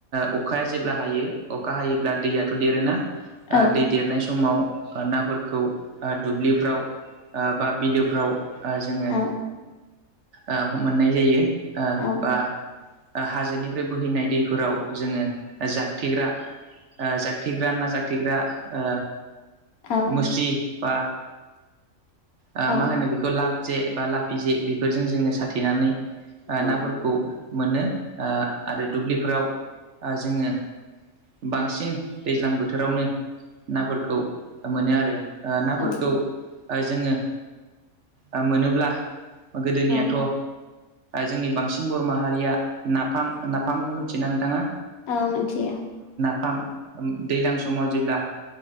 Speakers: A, on the right; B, on the left.
A: ओ अखाया जेब्ला हायो अखा हायो। अब्ला दैयाथ' देरोना ओ
B: औ
A: दै देरनाय समाव ओ नाफोरखौ ओ दुब्लिफ्राव ओ बा बिलोफ्राव ओ जोंङो
B: औ
A: ओ मोननाय जायो ओ
B: औ
A: बा ओ हाजोनिफ्राय बोहैनाय दैफोराव जोंङो जागथेग्रा ओ जागथेग्रा ना जागथेग्रा ओ
B: औ
A: मुस्रि बा ओ
B: औ
A: मा होनो बेखौ लाब जे बा लाफिजे बेफोरजों जोंङो साथेनानै ओ
B: औ
A: नाफोरखौ मोनो ओ आरो दुब्लिफोराव ओ जोंङो बांसिन दैज्लां बोथोरावनो नाफोरखौ मोनो आरो नाफोरखौ
B: औ
A: ओ जोङो ओ मोनोब्ला गोदोनियाथ'
B: औ
A: जोंनि बांसिन बर' माहारिया नाफाम नाफामखौ मिथियोना नोंथाङा
B: औ मिथियो
A: फाम दैज्लां समाव जेब्ला